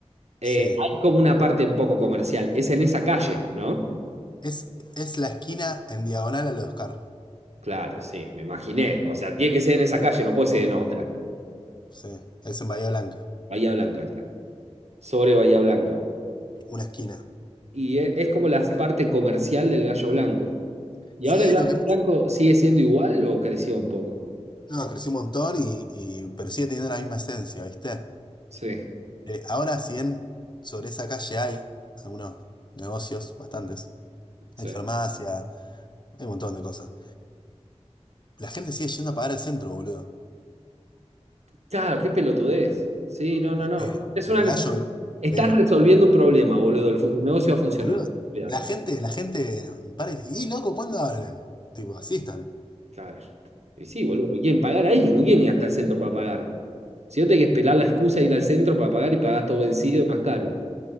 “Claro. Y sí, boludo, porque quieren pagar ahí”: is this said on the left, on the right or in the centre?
Right